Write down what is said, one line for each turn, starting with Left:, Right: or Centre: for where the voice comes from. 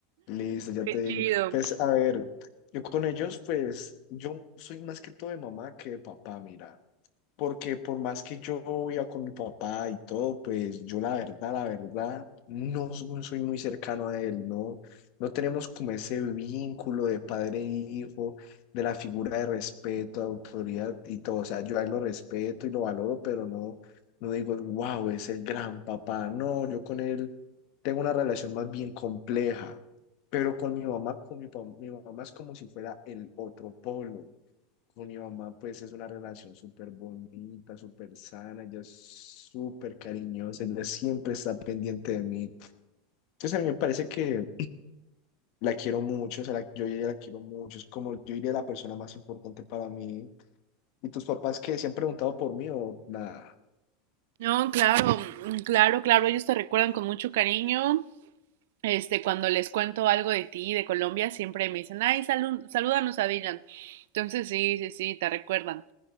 Left: Listo, ya
Right: Qué
Left: te digo.
Right: chido.
Left: Pues a ver, yo con ellos, pues yo soy más que todo de mamá que de papá, mira. porque por más que yo viva con mi papá y todo, pues yo la verdad, la verdad, no, s- no soy muy cercano a él, ¿no? No tenemos como ese vínculo de padre e hijo, de la figura de respeto, de autoridad y todo. O sea, yo a él lo respeto y lo valoro, pero no, no digo, wow, es el gran papá. No, yo con él tengo una relación más bien compleja. Pero con mi mamá, con mi, pa- mi mamá es como si fuera el otro polo con mi mamá, pues es una relación súper bonita, súper sana, ella es súper cariñosa, ella siempre está pendiente de mí. Entonces a mí me parece que la quiero mucho, o sea, la- yo a ella la quiero mucho, es como yo diría la persona más importante para mí. ¿Y tus papás que ¿Se han preguntado por mí o nada?
Right: No, claro, mm, claro, claro, ellos te recuerdan con mucho cariño. Este, cuando les cuento algo de ti, de Colombia, siempre me dicen, ay, salud, salúdanos a Dylan. Entonces, sí, sí, sí, te recuerdan.